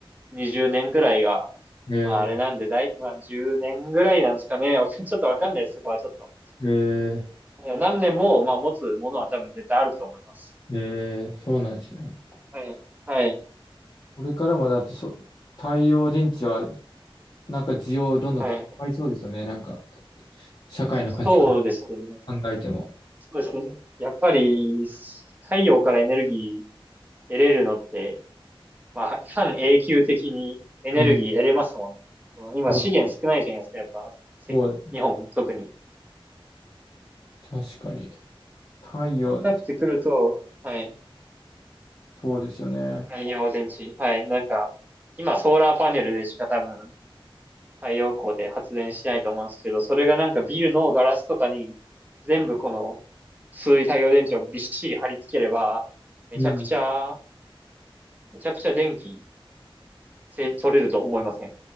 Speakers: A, on the right; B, on the left.
A: 20年ぐらいが、
B: え
A: まああれなんで、だい、まあ10年ぐらいなんですかね。<laughs> ちょっとわかんないです、そこはちょっと。
B: ー、え
A: 何年も、まあ持つものは多分絶対あると思います。
B: ー、ええそうなんですね。
A: はい。はい。
B: これからもだってそ、太陽電池はなんか需要どんどん高まりそうですよね。
A: はい。
B: なんか社会の価値観
A: そうですね。
B: 考えても。
A: そうですね。やっぱり、太陽からエネルギー得れるのって、まあ、半永久的にエネルギー得れますもんね。
B: うん。
A: その今資源少ないじゃないですか、
B: そう、
A: やっぱ、せ日本、
B: そう、
A: 特に。
B: 確かに。太陽、
A: そうなってくると、はい、
B: そうですよね。
A: 太陽電池、はい、なんか、今ソーラーパネルでしか多分太陽光で発電しないと思うんですけど、それがなんかビルのガラスとかに全部この薄い太陽電池をびっしり貼り付ければ、めちゃくちゃ、
B: うん。
A: めちゃくちゃ電気せ取れると思いません。